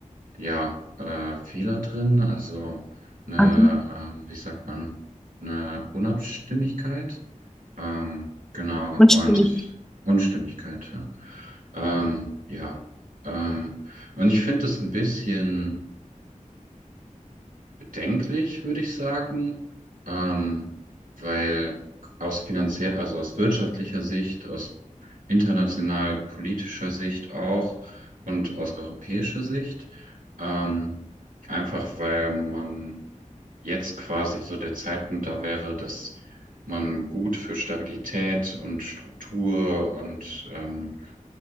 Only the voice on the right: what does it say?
ja, äh, Fehler drin, also eine,
ähm, wie sagt man, eine Unabstimmigkeit, ähm, genau,
und
Unstimmigkeit, ja. Ähm, ja. Ähm, und ich finde das ein bisschen bedenklich, würde ich sagen, ähm, weil aus finanziell, also aus wirtschaftlicher Sicht, aus international politischer Sicht auch und aus europäischer Sicht, ähm, einfach weil man jetzt quasi so der Zeitpunkt da wäre, dass man gut für Stabilität und Struktur und ähm,